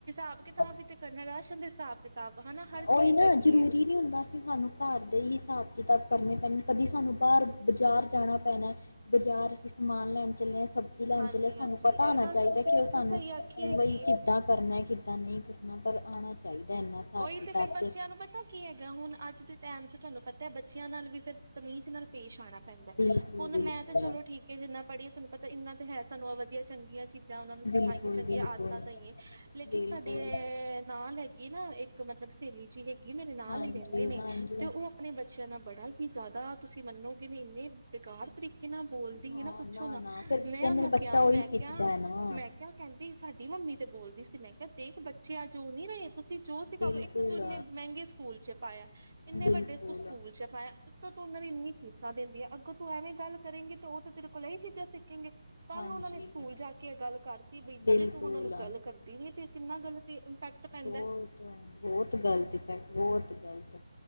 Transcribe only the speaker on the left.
ਹਾਂ
ਉਹੀ ਨਾ
ਜਰੂਰੀ
ਨੀ ਹੁੰਦਾ ਅਸੀਂ ਸਾਨੂੰ ਘਰ ਦੇ ਹੀ ਹਿਸਾਬ ਕਿਤਾਬ ਕਰਨੇ ਪੈਣੀ ਕਦੀ ਸਾਨੂੰ ਬਾਹਰ ਬਜ਼ਾਰ ਜਾਣਾ ਪੈਣਾ ਬਜ਼ਾਰ ਅਸੀਂ ਸਮਾਨ ਲੈਣ ਚੱਲੇ ਹਾਂ ਸਬਜ਼ੀ ਲੈਣ
ਚੱਲਿਆ
ਸਾਨੂੰ ਪਤਾ
ਹੋਣਾ
ਚਾਹੀਦਾ
ਕਿ
ਉਹ ਸਾਨੂੰ
ਬਈ
ਕਿੱਦਾਂ ਕਰਨਾ ਕਿੱਦਾਂ ਨਹੀਂ ਕਰਨਾ <inaudible> ਪਰ ਆਣਾ ਚਾਹੀਦਾ ਹਿਸਾਬ
ਕਿਤਾਬ
ਬਿਲਕੁਲ
ਬਿਲਕੁਲ
ਬਿਲਕੁਲ
ਬਿਲਕੁਲ
ਬਿਲਕੁਲ
ਹਾਂਜੀ
ਹਾਂਜੀ
ਹਾਂ
ਫਿਰ
ਕਹਿੰਦੇ
ਨੇ ਬੱਚਾ
ਉਹੀ
ਸਿੱਖਦਾ
ਹੈ ਨਾ
ਬਿਲਕੁਲ
ਬਿਲਕੁਲ
ਹਾਂਜੀ
ਬਿਲਕੁਲ
ਬਹੁਤ ਬਹੁਤ ਗਲਤ ਇਫੈਕਟ ਬਹੁਤ ਗਲਤ